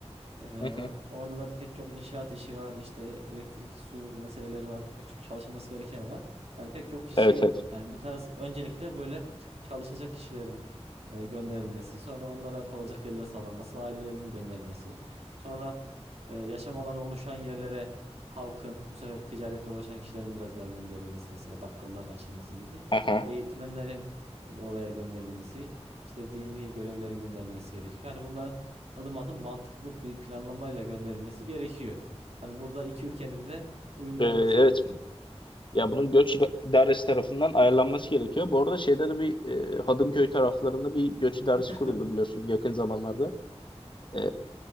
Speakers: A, on the right; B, on the left.
A: Ee,
B: Hı hı.
A: orada da pek çok inşaat işi var, işte elektrik, su meseleleri var, pek çok çalışılması gereken var. Yani pek çok kişi,
B: Evet evet.
A: yani bu tarz öncelikle böyle çalışacak kişilerin e, gönderilmesi, sonra onlara kalacak yerlere sağlanması, ailelerin gönderilmesi, sonra e, yaşam alanı oluşan yerlere halkın, bu sefer ticaretle uğraşan kişilerin biraz daha gönderilmesi, mesela bakkalların açılması gibi,
B: Aha.
A: eğitmenlerin e, oraya gönderilmesi, işte dini görevlilerin gönderilmesi gerekiyor. Yani bunların adım adım mantıklı bir planlamayla gönderilmesi gerekiyor. Hani burada iki ülkenin de uyumlu
B: Ee,
A: olması
B: evet
A: gerekiyor.
B: Ya bunun göç ida- idaresi tarafından ayarlanması gerekiyor. Bu arada şeyde de bir e, Hadımköy taraflarında bir göç idaresi
A: <laughs>
B: kuruldu biliyorsun yakın zamanlarda. E,